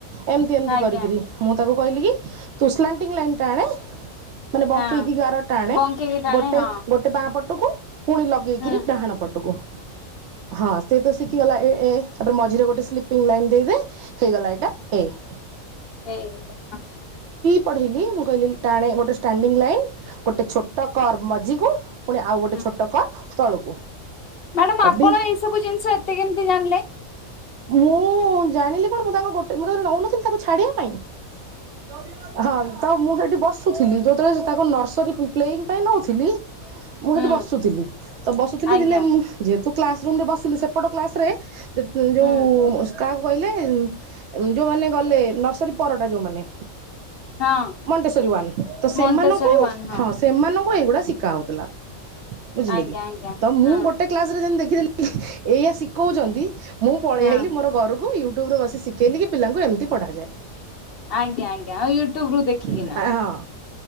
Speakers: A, on the right (about 60°); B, on the left (about 50°).
A: ଏମତି ଏମତି
B: ଆଜ୍ଞା
A: କରିକିରି ମୁଁ ତାକୁ କହିଲି କି ତୁ ସ୍ଲାଣ୍ଟିଙ୍ଗ ଲାଇନ୍ ଟାଣେ ମାନେ ବଙ୍କେଇକି
B: ହଁ
A: ଗାର ଟାଣେ
B: ବଙ୍କେଇକି ଟାଣେ
A: ଗୋଟେ
B: ହଁ
A: ପଟୁକୁ ପୁଣି ଲଗେଇକିରି
B: ହୁଁ
A: ଡାହାଣ ପଟୁକୁ ହଁ ସେିଏ ତ ଶିଖିଗଲା ଏ ମ ଯିରେ ଗୋଟେ ସ୍ଲିପିଙ୍ଗ ଲାଇନ୍ ଦେଇଦେ ହେଇଗଲା ଏଇଟା ଏଇ
B: ସେଇ <inaudible>
A: ପଢେଇିଲି ହୁଁ କହିଲି ଗୋଟେଟାଣେ ଷ୍ଟାଣ୍ଡିଙ୍ଗ ଲାଇନ୍ ଗୋଟେ ଛୋଟ କର ମଝି କୁ ପୁଣି ଆଉ ଗୋଟେ
B: ହୁଁ
A: ଛୋଟ କର ତଳକୁ
B: ମ୍ୟାଡାମ
A: ରବି
B: ଆପଣ ଏଇ ସବୁ ଜିନିଷ ଏତେ କେମିତି ଜାଣିଲେ?
A: ମୁଁ ଜାଣିଲି କଣ ମୁଁ ତାଙ୍କ ଗୋଟେ ମୁଁ ତେ ନଉନଥିଲି ତାଙ୍କୁ ଛାଡ଼ିବା ପାଇଁ <inaudible> ହଁ ତ ମୁଁ ସେଠି ବସୁଥିଲି ଯେତେବେଳେ ସେ ତାଙ୍କ ନର୍ସରୀ ପ୍ଲେଇଙ୍ଗି ପାଇଁ ନଉଥିଲି ମୁଁ
B: ହୁଁ
A: ସେଠି ବସୁଥିଲି ତ ବସୁଥିଲି
B: ଆଜ୍ଞା
A: ଦିନେ ମୁଁ ଯେହେତୁ କ୍ଲାସ ରୁମ ରେ ବସିଲୁ ସେପଟ କ୍ଲାସ ରେ <inaudible> ଯୋଉଁ
B: ହୁଁ
A: କାହାକୁ କହିଲେ ହୁଁ ଯୋଉଁମାନେ ଗଲେ ନର୍ସରୀ ପରଟା ଯୋଉଁମାନେ।
B: ହଁ
A: ମଣ୍ଟେଶରୀ ୱାନ ତ ସେମାନଙ୍କୁ
B: ମଣ୍ଟେଶ୍ଵରୀ ୱାନ୍
A: ହଁ ସେମାନଙ୍କୁ ଏଗୁଡା <inaudible> ବୁଝିଲେ
B: ଆଜ୍ଞା
A: କି
B: ଆଜ୍ଞା
A: ତ ମୁଁ
B: ହଁ
A: ଗୋଟେ କ୍ଲାସ ରେ ଯେମ ଦେଖି <inaudible> ଏଇଆ ଶିଖଉଛନ୍ତି। ମୁଁ ପଳେଇ
B: ହଁ
A: ଆଇଲି ମୋର ଘରକୁ ୟୁ ୟୁଟୁବ ରୁ ବସି ଶିଖେଇଲି କି ପିଲାଙ୍କୁ ଏମିତି ପଢ଼ାଯାଏ।
B: ଆଜ୍ଞା ଆଜ୍ଞା ଆଉ ୟୁଟୁବ ରୁ ଦେଖିକିନା
A: ହଁ